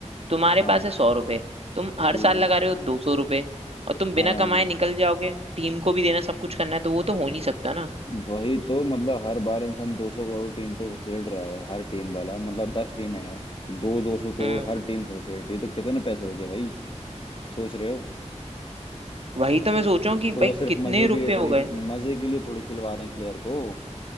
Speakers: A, on the right; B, on the left.
A: तुम्हारे
B: हाँ
A: पास है सौ रुपए तुम हर
B: ठीक
A: साल
B: है
A: लगा रहे हो दो सौ रुपए और तुम
B: हाँ
A: बिना कमाए निकल जाओगे टीम को भी देना सब कुछ करना है तो वो तो हो नहीं सकता ना
B: वही तो मतलब हर बार इंसान 200 करोड़ टीम पे घुसेड़ रहा है हर टीम वाला मतलब दस टीमें हैं तो दो दो सौ करोड़
A: हम्म
B: हर टीम को घुसेड़ रही है तो कितने पैसे हो गए भाई सोच रहे हो
A: वही तो मैं सोच रहा हूँ कि भाई
B: तो वो सिर्फ
A: कितने
B: मजे
A: रुपए
B: के लिए थोड़ी
A: हो गए
B: मजे के लिए थोड़ी खिलवा रहे हैं प्लेयर को